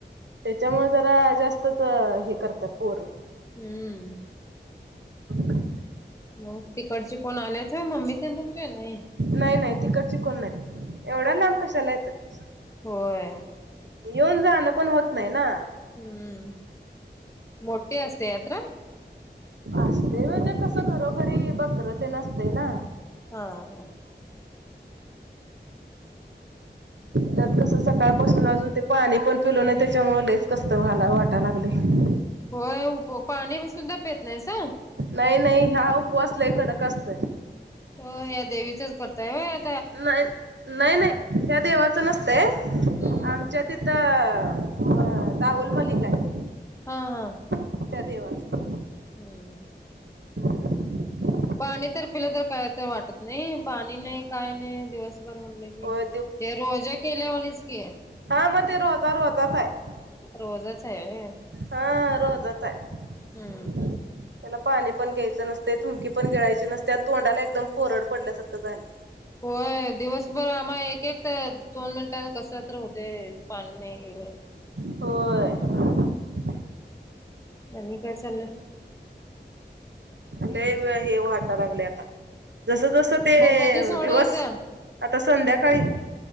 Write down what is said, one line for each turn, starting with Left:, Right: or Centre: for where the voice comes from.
Right: त्यांच्यामुळे जरां जास्तंचं हे करतांत पोरं
Left: हम्मं
Right: काय
Left: मंग तिकडंचे कोणं आल्यांत मम्मी ते तुमं नाहीं
Right: नाहीं नाहीं तिकडंची कोणं नाहींत एवढां लांब कशांला येतांत
Left: होयं
Right: येऊंन जाणं पणं होतं नाहीं नां
Left: हम्मं मोठे असते यांत्रा
Right: असते म्हणजे कसं घरोघरी बँकर तेन असतंय नां
Left: हां
Right: त्यांत कसं सकाळंपासून अजूंन ते पाणी पणं पिलो नाहीं त्यांच्यामुळे लयंच कसं तरं वाटां लागलंय
Left: होयं पाणी सुद्धां पेतं नाहींसा
Right: नाहीं नाहीं हां उपवांस लंय कंडक असतोय
Left: हो ह्यां देवीचंच करतांय बरं
Right: नाहीं नाहीं नाहीं त्यां देवाचं नसतंय
Left: हम्मं
Right: आमच्या तिथं दाऊंल मलिक हायं
Left: हां हां
Right: त्यां देवाचं
Left: हम्मं हम्मं
Right: हम्मं
Left: पाणी तरं पिलां तरं कायं तरं वाटतं नाहीं पाणी नाहीं कायं नाहीं दिवसंभर म्हणलं
Right: हो
Left: ते रोज केल्यां वाणीचं की
Right: हां मं ते रोज ती चां रोजां चं हांय
Left: रोजां चं आहे होयं
Right: हां रोजां चं हांय
Left: हम्म
Right: त्यांला
Left: हम्म
Right: पाणी पणं घ्यायचं नसतंय थुमकी पणं गिळांयची नसते तोंडाला एकदंम कोरडं पडल्यांसारखं झालं
Left: होयं दिवसंभर आम्हां एक एक तरं दोन मिनिटां कसं तरं होते पाणी नाहीं येरलं
Right: होयं
Left: आणि कायं चाललंय
Right: लंय हे वांटाया लागलंय आंता जसं जसं ते
Left: मग कधी सोडायचं
Right: दिवसं आंता संध्याकांळी